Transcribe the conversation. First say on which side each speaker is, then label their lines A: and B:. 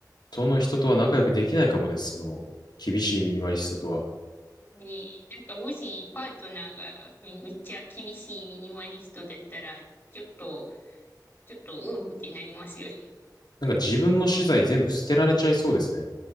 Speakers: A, on the left; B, on the left.
A: トの人とは仲良くできないかもです。その、厳しいミニマリストとは。
B: え、ねえ、なんかもしパートナーがめ、めっちゃ厳しいミニマリストだったら、ちょっと、ちょっと、うんってなりますよね。
A: なんか自分の資材全部捨てられちゃいそうですね。